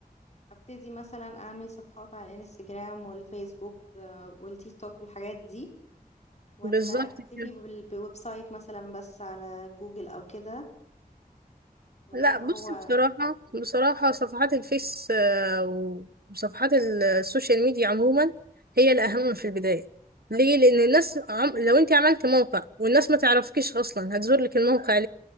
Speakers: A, on the left; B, on the right.
A: ابتدي مثلا اعمل صفحات على الانستجرام والفيسبوك آه، والتيك توك والحاجات دي ولا
B: بالظبط
A: اكتفي
B: كده
A: بال- بويب سايت مثلا بس على جوجل او كده وده
B: لا
A: يبقى
B: بص
A: هو
B: بصراحة بصراحة صفحات الفيس آه، وصفحات ال- السوشيال ميديا عموما هي الأهم في البداية ليه؟ لأن الناس عم... لو أنت عملت موقع والناس ما تعرفكيش أصلا هتزور لك الموقع